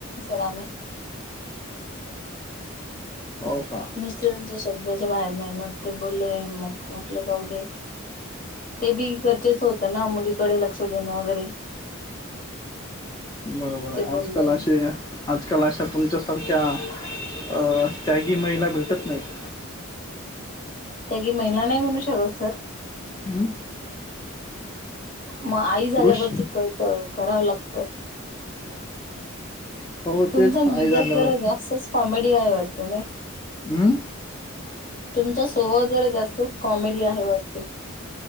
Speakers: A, on the left (about 40°); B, on the left (about 20°).
A: रामे.
B: हो का?
A: मिस्त्रंच्या शब्दाच्या बाहेर नाही न ते बोलले मग म्हटलं जाऊ दे. ते बी गरजेच होतं ना मुलीकडे लक्ष देणं वगैरे
B: बरोबर आहे
A: ते
B: आजकाल
A: बोलले
B: असे. आजकाल अशा तुमच्यासारख्या अ त्यागी महिला भेटत नाहीत.
A: त्या की महिला नाही म्हणू शकत सर
B: हम्
A: मग आई झाल्यावरती
B: पुरुष
A: क करावं लागतं.
B: हो
A: तुमचा
B: तेच आई
A: म्यझक
B: झाल्यावर
A: जरा जास्तच कॉमेडी काय वाटत ना.
B: हम
A: तुमचा सोह जर जास्तच कॉमेडी आहे वागती.